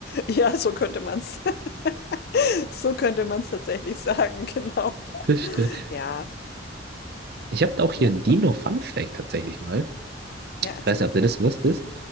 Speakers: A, on the left; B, on the right.
A: Ja, so könnte man's, <laughs> so könnte man's tatsächlich sagen, <laughs> genau.
B: Das stimmt.
A: Ja,
B: Ich habe auch hier
A: ja,
B: einen Dino-Fun-Fact tatsächlich mal.
A: ja, erzähl
B: Ich weiß nicht,
A: mal.
B: ob du das wusstest.